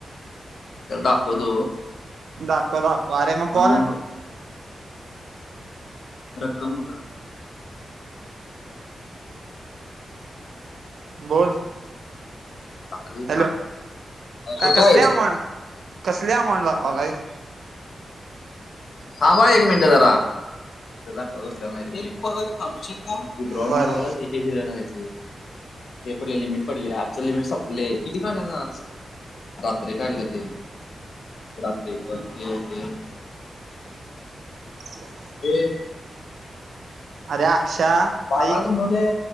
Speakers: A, on the left; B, on the right.
A: त्याला दाखवतो
B: दाखव दाखव अरे मग कॉल
A: आमाऊंट बघ. रक्कम बघ.
B: बोल.
A: <unintelligible>
B: हॅलो
A: थांब.
B: काय
A: कुठ
B: कसले
A: हाईस?
B: अमाऊंट कसले अमाऊंट दाखवालायस
A: थांब हा एक मिनट जरा. ते दाखवत बसलेला नाय रे मी, एक पहर थांबशील का? विड्रॉल
B: बर
A: माराला हे दिना झाल्याती हे पडले लिमिट पडलिया आजच लिमिट सप लय, किती काढलासा आज? रात्री काढल्याते. रात्री म <unintelligible>
B: <inaudible>
A: हे
B: अरे अक्षा
A: बारा
B: ऐक
A: गुणुले